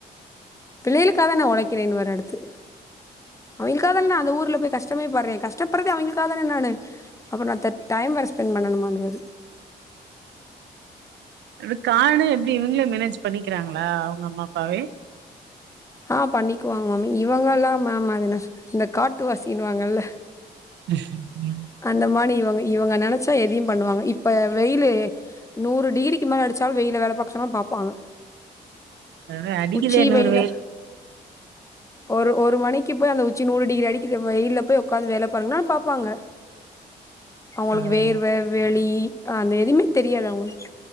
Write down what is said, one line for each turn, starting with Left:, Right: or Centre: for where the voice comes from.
Left: பிள்ளைகளுக்க தான உழைக்கிறேன்னு வாரு அடுத்து அவிங்களுக்கா தான அந்த ஊர்ல போய் கஷ்டமே பர்றே கஷ்டப்பர்றதே அவிங்களுக்காக தான நானு அப்புறோ நா த டைம் வேர ஸ்பெண்ட் பண்ணணுமாரு
Right: அந்த காடு எப்டி இவுங்ளே மேனேஜ் பண்ணிக்கிறாங்ளா அவுங்க அம்மா அப்பாவே
Left: ஆ பண்ணிக்குவாங்ளமே இவுங்கல்லா மேம் அது என்ன சொல்லு இந்த காட்டு வாசினுவாங்கல
Right: ம்
Left: அந்த மானி இவுங்க இவுங்க நெனச்சா எதையு பண்ணுவாங்க இப்ப வெயிலு நூறு டிகிரிக்கு மேல அடிச்சாலு வெயில்ல வேல பாக்க சொன்னா பாப்பாங்க
Right: அது அடிக்குதே
Left: உச்சி
Right: இன்னொரு
Left: வெயிலு ஒரு ஒரு மணிக்கு போய் அந்த உச்சி நூறு டிகிரி அடிக்கிற வெயில் போய் உட்காந்து வேல பாருங்கன்னா பார்ப்பாங்க அவுங்ளுக்கு
Right: ஆ
Left: வேர்வ வெளி் அந்த எதுமே தெரியாது அவுங்ளுக்கு